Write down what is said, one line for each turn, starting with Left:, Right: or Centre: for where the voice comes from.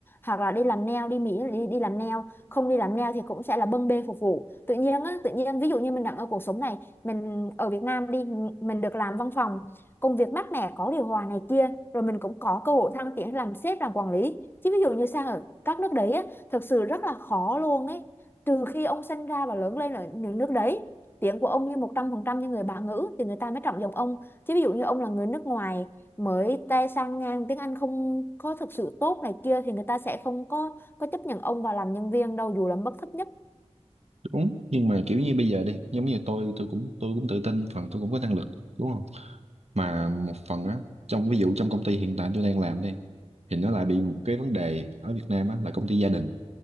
Left: hoặc là đi làm nail đi Mỹ là đi đi làm nail không đi làm nail thì cũng sẽ là bưng bê phục vụ tự nhiên á tự nhiên ví dụ như mình đang ở cuộc sống này mình ở Việt Nam đi mình được làm văn phòng công việc mát mẻ có điều hòa này kia rồi mình cũng có cơ hội thăng tiến làm sếp làm quản lý chứ ví dụ như sang ở các nước đấy á thực sự rất là khó luôn ấy trừ khi ông sinh ra và lớn lên ở những nước đấy tiếng của ông như một trăm phần trăm như người bản ngữ thì người ta mới trọng dụng ông Chứ ví dụ như ông là người nước ngoài mới tay sang ngang tiếng Anh không có thực sự tốt này kia thì người ta sẽ không có có chấp nhận ông vào làm nhân viên đâu dù là mức thấp nhất.
Right: đúng nhưng mà kiểu như bây giờ đi giống như tôi tôi cũng tôi cũng tự tin phần tôi cũng có năng lực đúng không mà một phần á trong ví dụ trong công ty hiện tại tôi đang làm đi thì nó lại bị một cái vấn đề ở Việt Nam á là công ty gia đình